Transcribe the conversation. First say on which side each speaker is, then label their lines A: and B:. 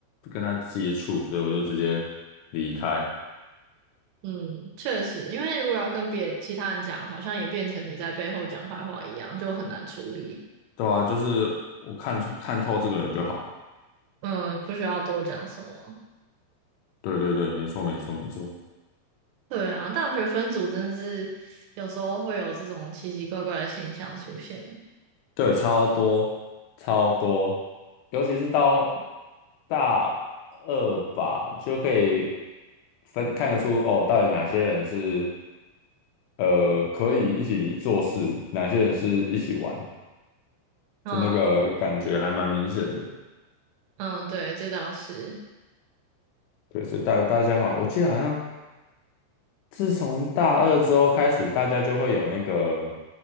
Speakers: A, on the left; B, on the right.
A: 跟他接触，所以我就直接离开。
B: 嗯，确实，因为如果要跟别其他人讲，好像也变成你在背后讲坏话一样，就很难处理。
A: 对啊，就是我看出看透这个人就好。
B: 嗯，不需要多讲什么。
A: 对对对，没错没错没错，
B: 对啊，大学分组真的是有时候会有这种奇奇怪怪的现象出现。
A: 对，超多超多，尤其是到大二吧，就可以分看得出哦，到底哪些人是呃可以一起做事，哪些人是一起玩，
B: 嗯
A: 就那个感觉还蛮明显的。
B: 嗯，对，这倒是。
A: 对，所以大大家好，我记得好像自从大二之后开始，大家就会有那个